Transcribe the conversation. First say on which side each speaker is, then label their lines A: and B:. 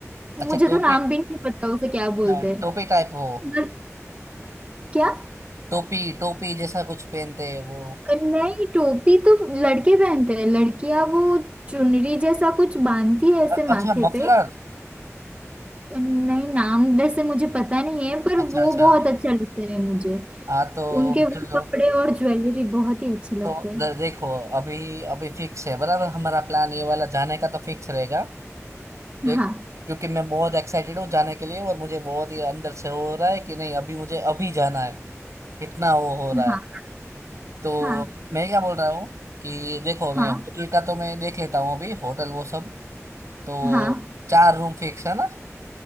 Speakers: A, on the right; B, on the right.
A: मुझे
B: अच्छा टोपी
A: तो नाम भी नहीं पता उसे क्या बोलते
B: हाँ,
A: हैं
B: टोपी टाइप हो
A: मगर क्या
B: टोपी टोपी जैसा कुछ पहनते हैं वो
A: नहीं टोपी तो लड़के पहनते हैं लड़कियां वो चुनरी जैसा कुछ बांधती है ऐसे
B: अ-
A: माथे
B: अच्छा मफलर
A: पे नहीं नाम वैसे मुझे पता नहीं है पर
B: अच्छा
A: वो
B: अच्छा
A: बहुत अच्छा लगता है मुझे
B: हाँ तो
A: उनके वो
B: चलो
A: कपड़े और ज्वेलरी बहुत ही अच्छे लगते
B: तो
A: हैं
B: द- देखो अभी अभी फिक्स है बराबर हमारा प्लान ये वाला जाने का तो फिक्स रहेगा देख
A: हाँ
B: क्योंकि मैं बहुत एक्साइटेड हूँ जाने के लिए और मुझे बहुत ही अंदर से हो रहा है कि नहीं अभी मुझे अभी जाना है इतना वो हो रहा
A: हाँ
B: है तो
A: हाँ
B: मैं क्या बोल रहा हूँ कि देखो मैं
A: हाँ
B: होटल का तो मैं देख लेता हूँ अभी होटल वो सब तो
A: हाँ
B: चार रूम फिक्स है ना